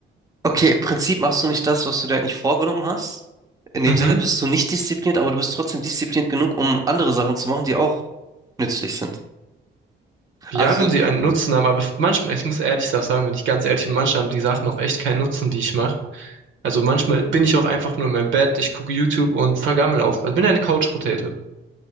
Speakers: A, on the right; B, on the right.
A: Okay, im Prinzip machst du nicht das, was du dir eigentlich vorgenommen hast. In dem
B: Mhm.
A: Sinne bist du nicht diszipliniert, aber du bist trotzdem diszipliniert genug, um andere Sachen zu machen, die auch nützlich sind.
B: Ja,
A: Also,
B: wenn sie einen Nutzen haben, aber manchmal, ich muss ehrlich sagen, wenn ich ganz ehrlich bin, manchmal haben die Sachen auch echt keinen Nutzen, die ich mache. Also manchmal bin ich auch einfach nur in meinem Bett, ich gucke YouTube und vergammel auf. Also bin eine Couch-Potato.